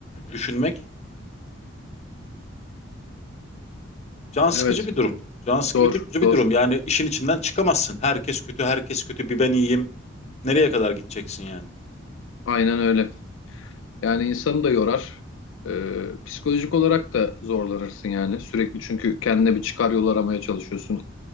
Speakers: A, on the left; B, on the left.
A: düşünmek can sıkıcı
B: Evet.
A: bir durum. Can sıkıcı
B: Zor.
A: bir
B: Zor.
A: durum. Yani işin içinden çıkamazsın. Herkes kötü, herkes kötü, bir ben iyiyim. Nereye kadar gideceksin yani?
B: Aynen öyle. Yani insanı da yorar. Ee, psikolojik olarak da zorlanırsın yani. Sürekli çünkü kendine bir çıkar yol aramaya çalışıyorsun.